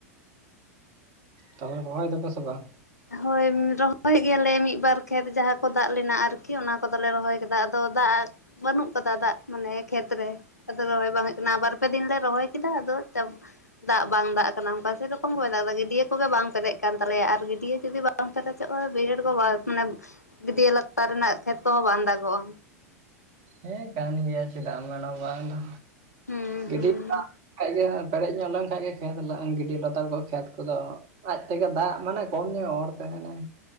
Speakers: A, on the right (about 45°); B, on the left (about 90°).
A: ᱛᱟᱦᱚᱞᱮ ᱨᱚᱦᱚᱭ ᱫᱟᱠᱚ ᱥᱮ ᱵᱟᱝ?
B: ᱦᱳᱭ ᱨᱚᱦᱚᱭ ᱜᱮᱭᱟᱞᱮ ᱢᱤᱫ ᱵᱟᱨ ᱠᱷᱮᱛ ᱡᱟᱦᱟᱸ ᱠᱚ ᱫᱟᱜ ᱞᱮᱱᱟ ᱟᱨᱠᱤ, ᱚᱱᱟ ᱠᱚᱫᱚᱞᱮ ᱨᱚᱦᱚᱭ ᱠᱮᱫᱟ ᱟᱫᱚ ᱫᱟᱜ ᱵᱟᱹᱱᱩᱜ ᱠᱟᱫᱟ ᱫᱟᱜ ᱢᱟᱱᱮ ᱠᱷᱮᱛ ᱨᱮ ᱟᱫᱚ ᱨᱚᱦᱚᱭ ᱵᱟᱝ ᱦᱩᱭᱩᱜ ᱠᱟᱱᱟ, ᱟᱵᱟᱨ ᱵᱟᱨ ᱯᱮ ᱫᱤᱱ ᱞᱮ ᱨᱚᱦᱚᱭ ᱠᱮᱫᱟ ᱟᱫᱚ ᱪᱟᱵ ᱫᱟᱜ ᱵᱟᱝ ᱫᱟᱜ ᱠᱟᱱᱟ ᱚᱱᱠᱟ ᱥᱮᱨᱚᱠᱚᱢ ᱜᱮ ᱵᱟᱭ ᱫᱟᱜ ᱮᱫᱟ ᱜᱟᱹᱰᱭᱟᱹ ᱠᱚᱜᱮ ᱵᱟᱝ ᱯᱮᱰᱮᱡ ᱠᱟᱱ ᱛᱟᱞᱮᱭᱟ ᱟᱨ ᱜᱟᱹᱰᱭᱟᱹ᱾ ᱡᱩᱫᱤ ᱵᱟᱝ ᱯᱮᱨᱮᱡᱚᱜ-ᱟ ᱵᱟᱹᱭᱦᱟᱹᱲ ᱠᱚ ᱵᱟ ᱢᱟᱱᱮ ᱜᱟᱹᱰᱤᱭᱟᱹ ᱞᱟᱛᱟᱨ ᱨᱮᱱᱟᱜ ᱠᱷᱮᱛ ᱠᱚᱦᱚᱸ ᱵᱟᱝ ᱫᱟᱜᱚᱜᱼᱟ᱾
A: ᱦᱮᱸ ᱠᱟᱱ ᱜᱮᱭᱟ ᱪᱮᱫᱟᱜ ᱢᱮᱱᱟ ᱵᱟᱝ ᱫᱚ
B: ᱦᱩᱸ
A: ᱜᱤᱰᱤ
B: ᱦᱩᱸ
A: ᱠᱟᱱ ᱠᱷᱟᱡ ᱜᱮ ᱦᱟᱜ᱾ ᱯᱮᱨᱮᱡ ᱧᱚᱜ ᱞᱮᱱᱠᱷᱟᱡ ᱜᱮ ᱠᱷᱮᱛ ᱜᱤᱰᱤ ᱞᱟᱛᱟᱨ ᱠᱚ ᱠᱷᱮᱛ ᱠᱚᱫᱚ᱾ ᱟᱡᱛᱮᱜᱮ ᱫᱟᱜ ᱢᱟᱱᱮ ᱠᱚᱢ ᱧᱚᱜ-ᱮ ᱚᱨ ᱛᱟᱦᱮᱸᱱᱟᱭ᱾